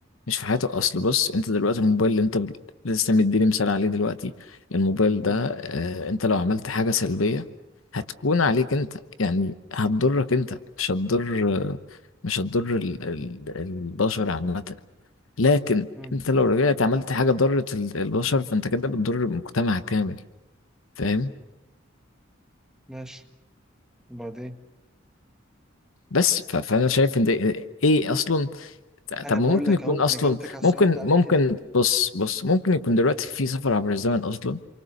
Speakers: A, on the left; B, in the centre.
A: مش في حياته أصل بص انت دلوقتي الموبايل اللي انت بت- لسه مديني مثال عليه دلوقتي الموبايل
B: مم.
A: ده اه انت لو عملت حاجة سلبية هتكون عليك انت يعني هتضرك انت مش هتضر مش هتضر ال- ال- البشر عامة لكن
B: مم.
A: انت لو رجعت عملت حاجه ضرت ال- البشر فانت كده بتضر المجتمع كامل فاهم
B: ماشي وبعدين
A: بس ف- فانا شايف ان ده ايه اصلا ت-
B: انا
A: طب ما
B: بقول
A: ممكن
B: لك
A: يكون
B: اهو
A: اصلا
B: انا جاوبتك على السؤال
A: ممكن
B: ده
A: ممكن
B: قبل كده
A: بص بص ممكن يكون دلوقتي في سفر عبر الزمن اصلا